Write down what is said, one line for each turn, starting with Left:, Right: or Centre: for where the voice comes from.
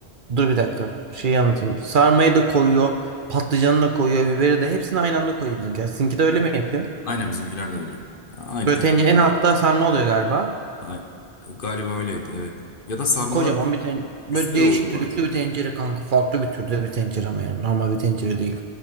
Right: dur bir dakika. Şeyi anlatayım. Sarmayı da koyuyor. Patlıcanı da koyuyor. Biberi de. Hepsini aynı anda koyuyor bizimkiler. Sizinki de öyle mi yapıyor?
Left: Aynen bizimkiler de öyle. Aynı
Right: Böyle
Left: tencere.
Right: tencere en altta sarma oluyor galiba.
Left: Ay- Galiba öyleydi evet. Ya da sarmalar
Right: Kocaman bir tencere. Böyle
Left: üstte
Right: değişik
Left: de oluyor
Right: düdüklü
Left: bazen.
Right: bir tencere kanka. Farklı bir türde bir tencere ama yani. Normal bir tencere değil.